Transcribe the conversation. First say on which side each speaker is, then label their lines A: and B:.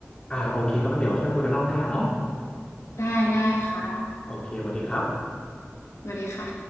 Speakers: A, on the left (about 20°); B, on the left (about 75°).
A: อ่าโอเคครับงั้นเดี๋ยวค่อยคุยกันรอบหน้าเนาะ
B: ได้ได้ค่ะ
A: โอเคสวัสดีครับ
B: สวัสดีค่ะ